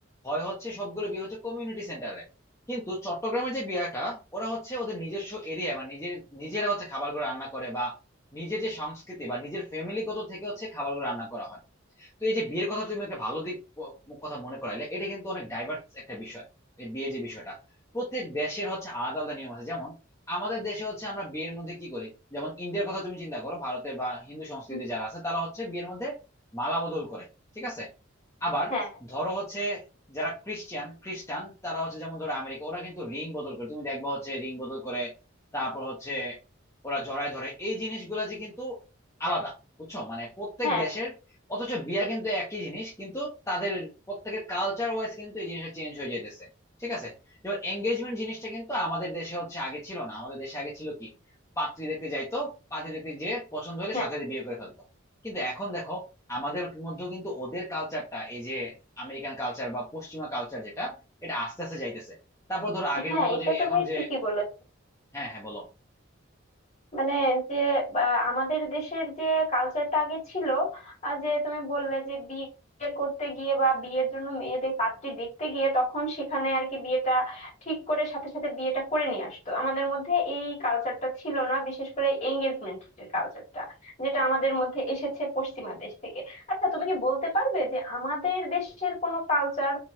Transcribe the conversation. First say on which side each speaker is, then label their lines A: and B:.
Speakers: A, on the left (about 15°); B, on the left (about 35°).
A: হয় হচ্ছে সবগুলো বিয়ে হচ্ছে কমিউনিটি সেন্টারে কিন্তু চট্টগ্রামের যে বিয়েটা ওরা হচ্ছে ওদের নিজস্ব এরিয়া মানে নিজের নিজেরা হচ্ছে খাবারগুলো রান্না করে নিজের যে সংস্কৃতি বা নিজের ফ্যামিলিগত থেকে হচ্ছে খাবারগুলো রান্না করা হয় তো এই যে বিয়ের কথা তুমি একটা ভালো দিক প- কথা মনে করাইলে এটা কিন্তু অনেক ডাইভার্স একটা বিষয় এই বিয়ের যে বিষয়টা প্রত্যেক দেশের হচ্ছে আলাদা আলাদা নিয়ম আছে যেমন আমাদের দেশে হচ্ছে আমরা বিয়ের মধ্যে কি করি যেমন ইন্ডিয়ার কথা তুমি চিন্তা করো ভারতের বা হিন্দু সংস্কৃতিতে
B: হুম,
A: যারা আছে তারা হচ্ছে বিয়ের মধ্যে মালা বদল করে ঠিক আছে আবার
B: হ্যাঁ
A: ধরো হচ্ছে যারা ক্রিশ্চিয়ান খ্রিস্টান তারা হচ্ছে যেমন ধরো আমেরিকা ওরা কিন্তু রিং বদল করে তুমি দেখবা হচ্ছে রিং বদল করে তারপর হচ্ছে ওরা জড়ায় ধরে এই জিনিসগুলা যে কিন্তু আলাদা বুঝছো মানে প্রত্যেক
B: হ্যাঁ
A: দেশের অথচ বিয়া
B: হ্যাঁ
A: কিন্তু একই জিনিস কিন্তু তাদের প্রত্যেকের কালচার ওয়াইজ কিন্তু এই জিনিসটা চেঞ্জ হয়ে যাইতেছে ঠিক আছে যেমন এঙ্গেজমেন্ট জিনিসটা কিন্তু আমাদের দেশে হচ্ছে আগে ছিল না আমাদের দেশে আগে ছিল কি পাত্রী দেখতে যাইতো পাত্রী দেখতে যে পছন্দ হলে
B: হ্যাঁ
A: সাথে সাথে বিয়ে করে ফেলতো কিন্তু এখন দেখো আমাদের মধ্যেও কিন্তু ওদের কালচারটা এই যে আমেরিকান কালচার বা পশ্চিমা কালচার যেটা এটা আস্তে আস্তে যাইতেছে তারপর ধরো আগের
B: হ্যাঁ
A: মতো
B: এটা
A: যে
B: তুমি
A: এখন যে
B: ঠিকই বলেছ
A: হ্যাঁ হ্যাঁ বলো
B: মানে যে বা আমাদের দেশের যে কালচারটা আগে ছিল আর যে তুমি বললে যে বিয়ে করতে গিয়ে বা বিয়ের জন্য মেয়েদের পাত্রী দেখতে গিয়ে তখন সেখানে আর কি বিয়েটা ঠিক করে সাথে সাথে বিয়েটা করে নিয়ে আসতো আমাদের মধ্যে এই কালচারটা ছিল না বিশেষ করে এঙ্গেজমেন্টের কালচারটা যেটা আমাদের মধ্যে এসেছে পশ্চিমা দেশ থেকে আচ্ছা তুমি কি বলতে পারবে যে আমাদের দেশের কোনো কালচার